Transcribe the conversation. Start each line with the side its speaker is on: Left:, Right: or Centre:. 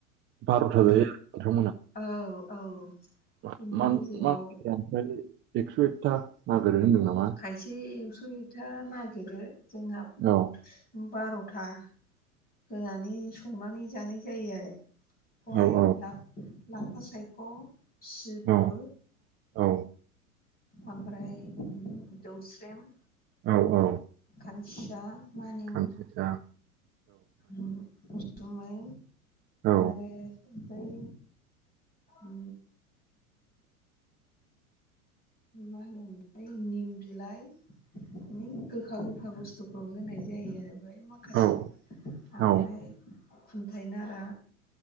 Right: बार'था
Left: बेनि
Right: जायो आरो
Left: औ औ
Right: मान
Left: बिनि
Right: मान
Left: गेजेराव
Right: मान ओमफ्रायो एकस' एकथा नागिरो होनदों नामा?
Left: खायसे एक्स' एकथा नागिरो जोंहा
Right: औ
Left: बार'था होनानै संनानै जानाय जायो आरो बेहाय
Right: औ औ
Left: लाब लाफा सायख' सिब्रु
Right: औ औ
Left: ओमफ्राय जौस्रेम
Right: औ औ
Left: खानसिसा मानि
Right: खानसिसा
Left: औ उसुमै
Right: औ
Left: आरो ओमफ्राय ओ मा होनोमोनथाय निम बिलाइ नि गोखा गोखा बुस्थुखौ होनाय जायो आरो बेयाव माखासे
Right: औ
Left: ओमफ्राय
Right: औ
Left: खुन्थाइ नारा